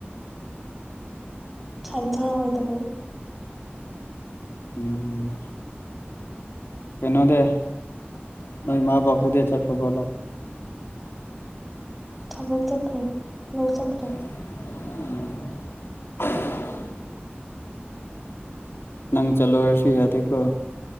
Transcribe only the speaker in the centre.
ꯊꯥꯟ ꯊꯥ ꯑꯣꯏꯇꯥꯕꯥ
ꯊꯕꯛ ꯆꯠꯈ꯭ꯔꯦ ꯂꯧꯖꯈ꯭ꯔꯦ